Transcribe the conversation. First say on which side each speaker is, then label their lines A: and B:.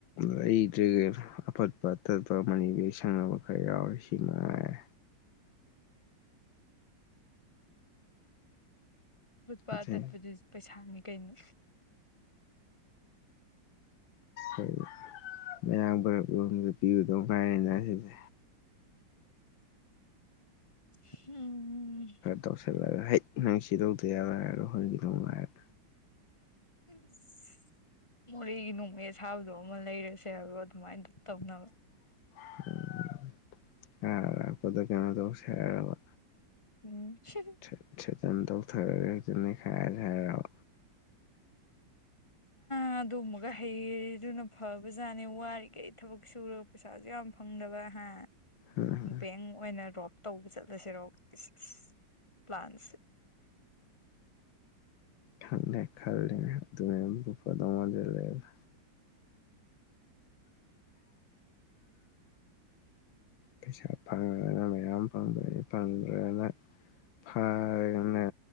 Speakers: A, on the left; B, on the left.
A: ꯂꯩꯇ꯭ꯔꯦ ꯀꯩꯅꯣ ꯑꯐꯠꯄ ꯑꯇꯠꯄ ꯑꯃꯅꯤ ꯁꯪꯅꯕ ꯈꯔ ꯌꯥꯎꯔꯦ ꯁꯤꯃꯉꯥꯢꯔꯦ
B: ꯐꯨꯠꯄ
A: ꯑꯇꯩ
B: ꯇꯠꯄꯗꯨ ꯄꯩꯁꯥꯅꯤ ꯀꯩꯅꯣ
A: ꯎꯝ ꯃꯌꯥꯡ ꯕꯔꯞ ꯌꫭꯟꯕꯗ ꯄꯤꯔꯨꯗꯧ ꯉꯥꯏꯔꯦꯅ ꯁꯤꯗꯤ
B: ꯍꯝ
A: ꯇꯧꯁꯤꯜꯂꯒ ꯍꯩ ꯅꯪ ꯁꯤ ꯂꯧꯗ ꯌꯥꯔꫭꯏ ꯍꯥꯏꯔ ꯂꯧꯍꯟꯒꯤꯗꯧ ꯉꯥꯏꯔꯦ
B: ꯎꯁ ꯃꯣꯏꯒꯤ ꯅꯣꯡꯃꯩ ꯑꯁꯥꯕꯗꯣ ꯑꯃ ꯂꯩꯔꯁꯦ ꯍꯥꯏꯕ꯭ꯔꯣ ꯑꯗꯨꯃꯥꯏꯅꯗ ꯇꯧꯅꯕ
A: <unintelligible> ꯀꯩꯅꯣ ꯇꯧꯁꯦ ꯍꯥꯢꯔꯕ
B: ꯎꯝ <unintelligible>
A: ꯊ꯭ꯔꯦ ꯊ꯭ꯔꯦꯇꯟ ꯇꯧꯊꯔꯒ ꯍꯦꯛꯇ ꯅꯩꯈꯥꯏꯔꯁꯦ ꯍꯥꯏꯔꯣ
B: ꯉꯥ ꯑꯗꯨꯒꯨꯝꯕꯒ ꯍꯩꯔꯗꯨꯅ ꯐꯕꯖꯥꯠꯅꯤ ꯋꯥꯔꯤꯈꯩ ꯊꯕꯛ ꯁꯨꯔꯒ ꯄꯩꯁꯥꯁꯨ ꯌꯥꯝ ꯐꯪ ꯐꯪꯗꯕ ꯍꯥ
A: ꯍꯝ
B: ꯕꯦꯡ ꯑꯣꯏꯅ ꯔꯣꯞ ꯇꯧꯕ ꯆꯠꯂꯁꯤꯔꯣ ꯏꯁ ꯏꯁ ꯄ꯭ꯂ꯭ꯥꯟꯁꯦ
A: ꯈꯪꯗꯦ ꯈꯜꯂꯤꯅꯦ ꯑꯗꯨꯃꯥꯏꯅꯕꯨ ꯐꯗꯧ ꯃꯥꯟꯖꯜꯂꯛꯑꯦꯗ ꯄꯩꯁꯥ ꯐꯪꯉꯒꯅ ꯃꯌꯥꯝ ꯐꯪꯕꯅꯤ ꯐꯪꯗ꯭ꯔꯒꯅ ꯐꯔꯒꯅ